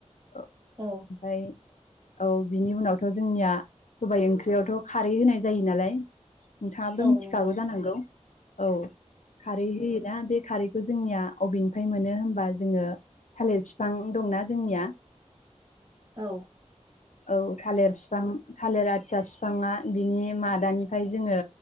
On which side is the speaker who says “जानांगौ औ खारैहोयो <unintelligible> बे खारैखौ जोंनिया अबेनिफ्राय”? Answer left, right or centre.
Left